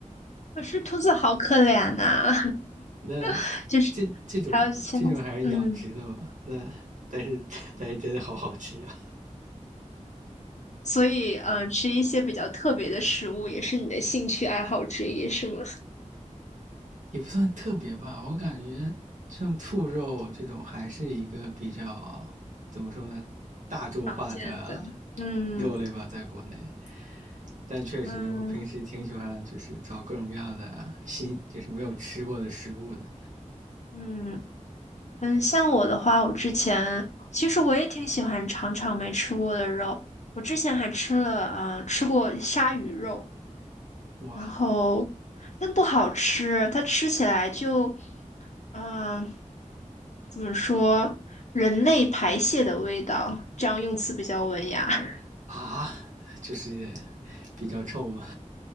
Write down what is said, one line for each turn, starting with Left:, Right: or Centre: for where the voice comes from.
Left: 可是兔子好可怜呐、
Right: 那
Left: <laughs> 就是
Right: 这这种这种还是养殖的吧？
Left: 还有现，嗯。
Right: 那但是但是真的好好吃啊，
Left: 所以，嗯、吃一些比较特别的食物也是你的兴趣爱好之一，是吗？
Right: 也不算特别吧。我感觉像兔肉这种还是一个比较怎么说呢，大众化的
Left: <laughs> 常见的。嗯
Right: 肉类吧，在国内。但确实，
Left: 嗯
Right: 我平时挺喜欢就是找各种各样的新，就是没有吃过的食物的。
Left: 嗯嗯，像我的话，我之前其实我也挺喜欢尝尝没吃过的肉。我之前还吃了，呃，吃过鲨鱼肉，
Right: 哇
Left: 然后但不好吃，它吃起来就，嗯、怎么说，人类排泄的味道，这样用词比较文雅。<laughs>
Right: 啊，就是比较臭吗？